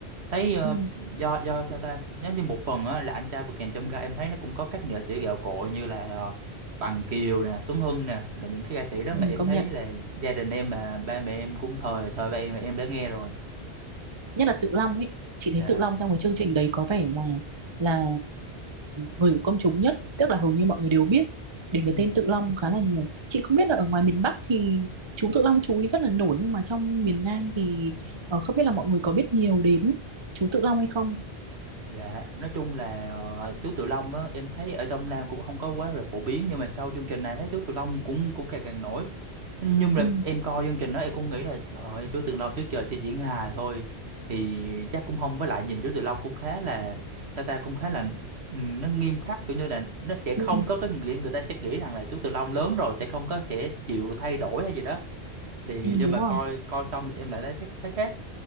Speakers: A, on the right; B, on the right.
A: Thấy ờ,
B: Ừ.
A: do do sao ta, giống như một phần á là anh trai vượt ngàn chông gai em thấy nó cũng có các nghệ sĩ gạo cội như là ờ, Bằng Kiều nè, Tuấn Hưng nè, là những cái ca sĩ đó
B: Ừ.
A: mà em
B: công
A: thấy
B: nhận
A: là gia đình em mà ba mẹ em cũng thời thời ba em em đã nghe rồi.
B: nhất là Tự Long ấy chị
A: Dạ.
B: thấy Tự Long trong cái chương trình đấy có vẻ là là người của công chúng nhất tức là hầu như mọi người đều biết đến
A: Ừ.
B: cái tên Tự Long khá là nhiều chị không biết là ở ngoài miền Bắc thì chú Tự Long chú ý rất là nổi nhưng mà trong miền Nam thì ờ, không biết là mọi người có biết nhiều đến chú Tự Long hay không
A: Dạ, nói chung là ờ, chú Tự Long á, em thấy ở trong Nam cũng không có quá là phổ biến nhưng mà sau chương trình này thấy chú Tự Long cũng cũng càng càng nổi. Nhưng mà
B: ừ,
A: em coi chương trình đó em cũng nghĩ là trời ơi, chú Tự Long trước giờ chỉ diễn hài thôi thì chắc cũng không với lại nhìn chú Tự Long cũng khá là sao ta cũng khá là ừ, nó nghiêm khắc kiểu như là nó sẽ không
B: ừ,
A: có cái nghĩa người ta sẽ nghĩ rằng là chú Tự Long lớn rồi sẽ không có sẽ chịu thay đổi hay gì đó. Thì
B: ừ,
A: nhưng
B: đúng
A: mà
B: rồi
A: coi coi xong thì em lại thấy thấy khác